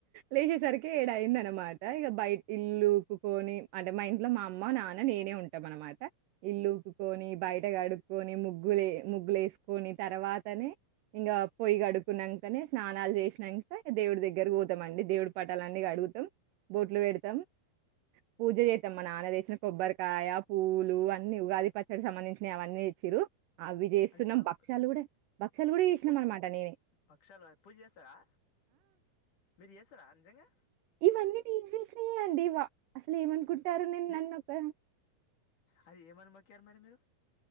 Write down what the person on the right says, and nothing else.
లేచేసరికి ఏడ అయింది అనమాట ఇక బయట ఇల్లు ఉక్కుకొని అంటే మం ఇట్లో మా అమ్మ నాన్న నేనే ఉంటాం అనమాట ఇల్లుూకుకొని బయట కడుకోని ముగ్గులే లూ వెసుకొని తర్వాతనే ఇంకా పొయ్య కడుకున్నాకనే స్నాలు చేసినాక దేవుడి దగ్గర పోతామండి దేవుడి పటాలన్నీ గడుత పోతాం బోట్లు పెడతాం పూజ చే మా నాన్న తెచ్చిన కొబ్బరికాయ పూలు అన్ని ఉగాది పచ్చడికి సంబంధించిన అవన్నీ తెచ్చిరు అవి చేస్తున్నాం
భక్షాలులు
కూడా భక్షలు కూడా చేసినాం
అనమాట నేను
ఇవన్నీ నేను చేసినవె అండి ఇవా అసలు ఏమనుకుంటారు నేను
నన్ను ఒక